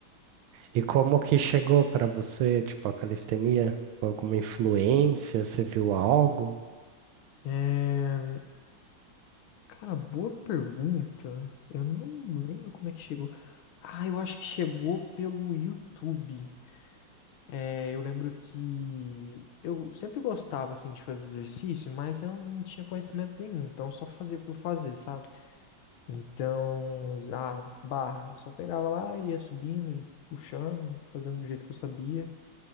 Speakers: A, on the right; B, on the left.
A: E como que chegou para você, tipo a calistenia? Foi Alguma influência? Você viu algo?
B: É... Cara, boa pergunta. Eu não lembro como é que chegou. Ah, eu acho que chegou pelo YouTube. É, eu lembro que eu sempre gostava assim de fazer exercício, mas eu não tinha conhecimento nenhum, então só fazia por fazer, sabe? Então, a barra, só pegava lá e ia subindo, e puxando, fazendo do jeito que eu sabia.